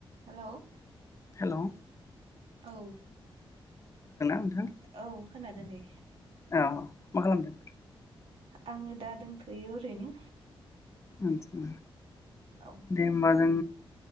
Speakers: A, on the right; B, on the left.
A: Hello
B: hello
A: औ
B: नोंथां
A: औ खोनादो नै
B: औ मा खालामदों?
A: आङो दा दोंथ'यो ओरैनो
B: आदसा
A: औ
B: दे होमबा जों